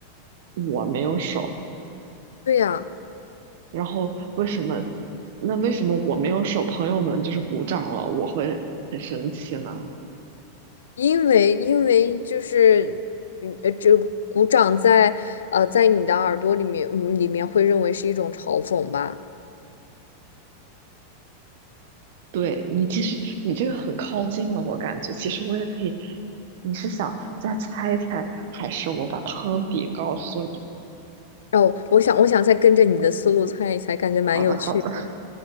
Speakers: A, on the right (about 65°); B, on the left (about 85°).
A: 我没有手。
B: 对呀，
A: 然后为什么？那为什么我没有手，朋友们就是鼓掌了，我会很生气呢？
B: 因为因为就是嗯呃，这鼓掌在呃在你的耳朵里面嗯里面会认为是一种嘲讽吧。
A: 对你，其实你这个很靠近了，我感觉。其实我也可以，你是想再猜一猜，还是我把汤底告诉你？
B: 哦，我想我想再跟着你的思路猜一猜，感觉蛮有趣的。
A: 好的，好的。